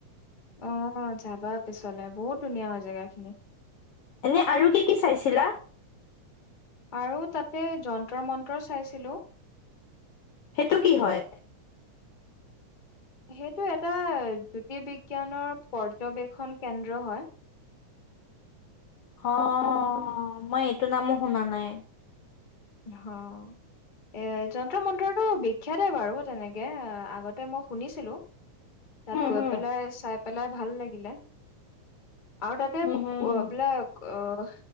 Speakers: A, on the left (about 35°); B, on the left (about 70°).
A: অ যাবা পিছলে, বহুত ধুনীয়া হয় জেগাখিনি।
B: এনে আৰু কি কি চাইছিলা?
A: আৰু তাতে যন্ত্ৰ মন্ত্ৰ চাইছিলোঁ
B: সেইটো কি হয়?
A: সেইটো এটা জ্যোতিৰ্বিজ্ঞানৰ পৰ্যবেক্ষণ কেন্দ্ৰ হয়।
B: অ', মই এইটো নামো শুনা নাই।
A: হাও এ যন্ত্ৰ মন্ত্ৰটো বিখ্যাতে বাৰু তেনেকে আগতে মই শুনিছিলো। তাত
B: হুম,
A: গৈ
B: হুম,
A: পেলাই চাই পেলাই ভাল লাগিলে। আৰু তাতে
B: হুম, হুম।
A: বিলাক অ'